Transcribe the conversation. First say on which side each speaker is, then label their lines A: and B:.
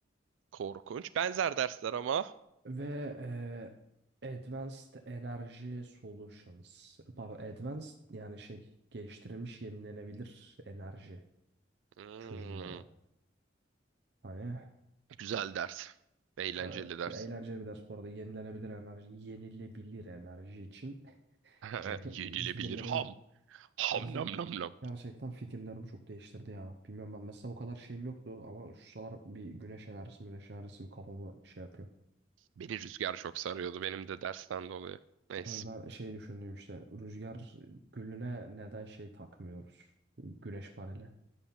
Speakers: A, on the right (about 80°); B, on the right (about 60°).
A: Korkunç. Benzer dersler ama.
B: ve e, Advanced Energy Solutions. Pardon, Advanced yani şey geliştirilmiş yenilenebilir enerji
A: Hmm,
B: çözümleri. Hani
A: güzel ders. Eğlenceli
B: evet
A: ders.
B: eğlenceli bir ders bu arada yenilenebilir enerji, yenilebilir enerji için <laughs>
A: <laughs>
B: e,
A: Yenilebilir
B: fikirlerimi
A: ham. Ham
B: gerçekten,
A: nam nam nam.
B: gerçekten fikirlerimi çok değiştirdi ya. Bilmiyorum ben mesela bu kadar şeyim yoktu ama şu sıralar bir güneş enerjisi güneş enerjisi bir kafamı şey yapıyor.
A: Beni rüzgar çok sarıyordu benim de dersten dolayı. Neyse.
B: Ama ben şey düşündüm işte rüzgar gülüne neden şey takmıyoruz güneş paneli.